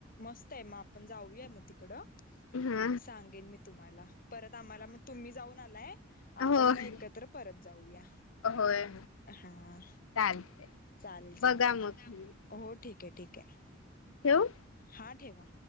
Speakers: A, on the left; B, on the left.
A: मस्त आहे म आपण जाऊया मग तिकडं
B: हम्
A: सांगेन मी तुम्हाला परत आम्हाला मग तुम्ही जाऊन आलाय
B: हा
A: आपण
B: होय
A: मग एकत्र परत जाऊया
B: होय
A: हा
B: चालते
A: चालेल चालेल
B: बघा मग
A: हो ठीक आहे ठीक आहे
B: ठेवू
A: हा ठेवा